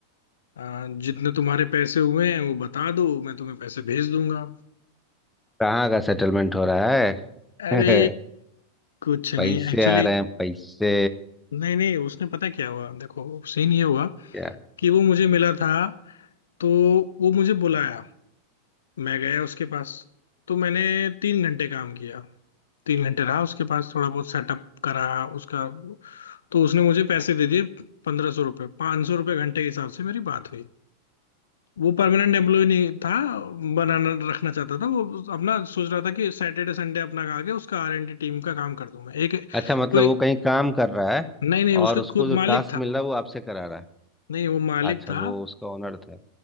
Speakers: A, on the left; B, in the centre.
A: आ, जितने तुम्हारे पैसे हुए हैं वो बता दो मैं तुम्हें पैसे भेज दूंगा
B: कहाँ का सेटलमेंट हो रहा है
A: अरे
B: <laughs>
A: कुछ नहीं
B: पैसे
A: एक्चुअली
B: आ रहे हैं पैसे
A: नहीं नहीं उसने पता क्या हुआ देखो सीन ये हुआ
B: क्या
A: कि वो मुझे मिला था तो वो मुझे बुलाया मैं गया उसके पास तो मैंने तीन घंटे काम किया तीन घंटे रहा उसके पास थोड़ा बहुत सेटअप करा उसका तो उसने मुझे पैसे दे दिए पंद्रह सौ रुपये पाँच सौ रुपये घंटे के हिसाब से मेरी बात हुई वो परमानेंट एम्प्लॉय नहीं था बनाना रखना चाहता था वो अपना सोच रहा था कि सैटरडे संडे अपना खा के उसका आर एंड डी टीम का काम कर दूंगा एक कोई
B: अच्छा मतलब वो कहीं काम कर रहा है
A: नहीं नहीं
B: और
A: उसका
B: उसको
A: खुद
B: जो टास्क
A: मालिक था
B: मिल
A: वो
B: रहा है वो आपसे करा रहा है
A: नहीं वो मालिक
B: अच्छा
A: था
B: वो उसका ऑनर था